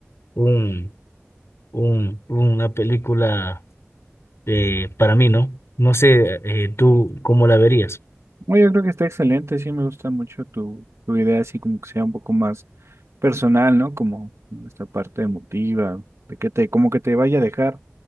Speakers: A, on the left; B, on the right.
A: un, un, una película eh, para mí, ¿no? No sé, eh, tú cómo la verías.
B: Bueno, yo creo que está excelente, sí me gusta mucho tu, tu idea, así como que sea un poco más personal, ¿no? Como esta parte emotiva, de que te, como que te vaya a dejar